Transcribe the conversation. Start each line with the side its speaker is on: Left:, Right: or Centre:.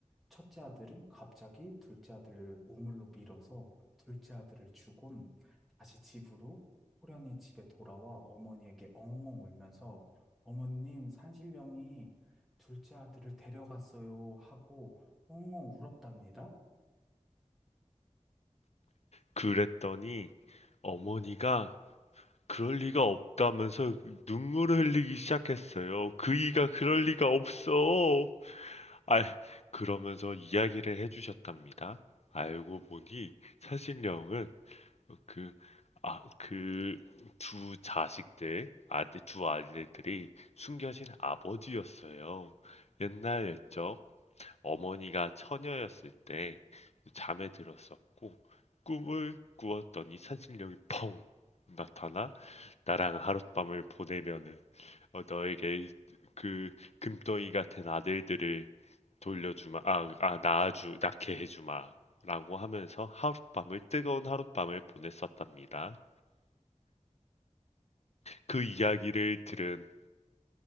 Centre: 첫째 아들은 갑자기 둘째 아들을 우물로 밀어서 둘째 아들을 주곤 다시 집으로 호련히 집에 돌아와 어머니에게 엉엉 울면서 어머님 산신령이 둘째 아들을 데려갔어요 하고 엉엉 울었답니다.
Left: 그랬더니 어머니가 그럴 리가 없다면서 눈물을 흘리기 시작했어요. 그이가 그럴 리가 없어. 아, 그러면서 이야기를 해주셨답니다. 알고 보니 사신령은 그, 아, 그 두 자식들, 아들, 두 아들들이 숨겨진 아버지였어요. 옛날 옛적 어머니가 처녀였을 때 잠에 들었었고 꿈을 꾸었더니 산신령이 펑 나타나 나랑 하룻밤을 보내면은 어, 너에게 그 금덩이 같은 아들들을 돌려주마, 아, 아, 낳아주, 낳게 해주마. 라고 하면서 하룻밤을, 뜨거운 하룻밤을 보냈었답니다. 그 이야기를 들은